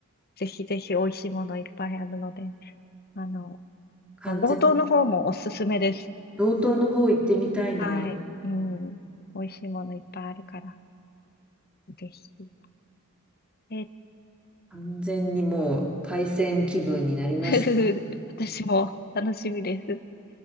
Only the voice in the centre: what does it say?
完全、
道東の方行ってみたいな。
完全にもう、海鮮気分になりました。